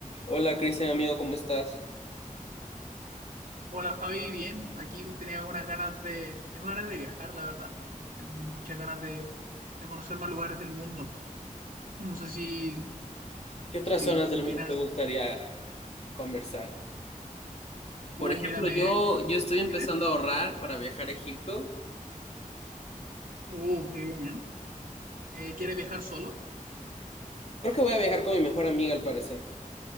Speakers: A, on the left; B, on the right.
A: Hola Cristian, amigo, ¿cómo estás?
B: Hola Fabi, bien. Aquí tenía algunas ganas de, tengo ganas de viajar, la verdad. Tengo muchas ganas de, de conocer más lugares del mundo. No sé si,
A: ¿Qué otras
B: si
A: zonas
B: tú
A: del mundo
B: tienes alguna.
A: te gustaría conversar?
B: Uh,
A: Por ejemplo,
B: mírame.
A: yo, yo estoy empezando
B: ¿Dime?
A: a ahorrar para viajar a Egipto.
B: Uh, qué bien. Eh, ¿quieres viajar solo?
A: Creo que voy a viajar con mi mejor amiga, al parecer.